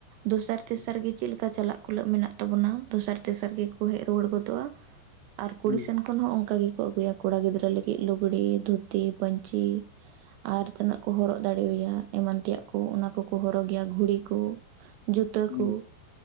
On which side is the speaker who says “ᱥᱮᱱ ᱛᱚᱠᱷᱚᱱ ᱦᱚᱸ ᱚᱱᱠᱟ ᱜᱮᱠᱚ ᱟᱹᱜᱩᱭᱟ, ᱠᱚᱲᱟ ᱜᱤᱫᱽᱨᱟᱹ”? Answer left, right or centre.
Right